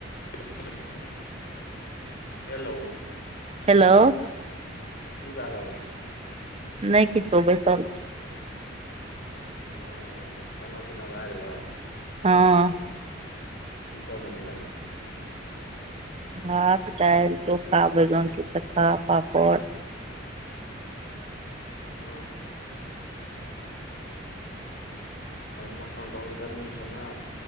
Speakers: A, on the left; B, on the right.
A: <unintelligible> हेलो
B: हेलो
A: कि भए रहल छै।
B: नहि किछो बैसल
A: ओ खाना पीना भए गेलौ
B: ह
A: ईस बन अी।
B: भात दालि चोखा बैगन के चक्खा पापड़
A: ओ एहि मौसम बहुत गरमी छौ न